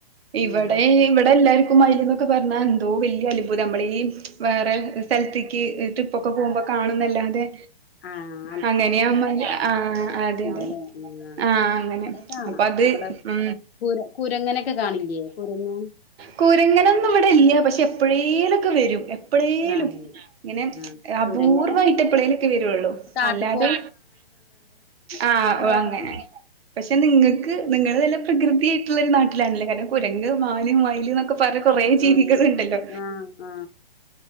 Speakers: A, on the right (about 80°); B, on the left (about 80°).
A: ഇവിടെ
B: ഉം.
A: ഇവിടെ എല്ലാർക്കും മയിൽ എന്നൊക്കെ പറഞ്ഞാ എന്തോ വലിയ അനുഭൂതി നമ്മൾ ീഈ വേറെ സ്ഥലത്തേക്ക് ട്രിപ്പൊക്കെ പോകുമ്പോ കാണുന്നല്ലാതെ
B: ആഹ്
A: അങ്ങനെയ ആഹ അതെ അതെ
B: അല്ലേ ആ
A: ആഹ് അങ്ങനെ
B: ഇവിടെ കാണാം
A: അപ്പൊ അത്
B: ഇവിടെ
A: ഉ
B: കുര കുരങ്ങനൊക്കെ കാണില്ലേ കുരങ്ങൻ
A: കുങ്ങരങ്ങന ഒന്നും ഇവിടെല്ലക്ഷ എപ്പഴേലുംക്കെ വരും എപ്പോഴേലും
B: ആ
A: ഇങ്ങനെ
B: ആ
A: അപൂർവമായിട്ട
B: കുരങ്ങൻ
A: എപ്പഴേലൊക്കെ വരുള്ളൂ
B: കാട്ടിൽ
A: അല്ലാതെ ആഹ്
B: അ പോഴയത
A: അങ്ങനെ പക്ഷെ നിങ്ങൾക്ക് നിങ്ങള്ൾ നല്ല പ്രകൃതിയായിട്ടുള്ളരു നാട്ടിലാണല്ലേ കാരണം കുരങ് മാനും മയില് ന്നൊക്കെ പറ കൊറ ജീവികളുണ്ടല്ലോ
B: ആ ആ ആ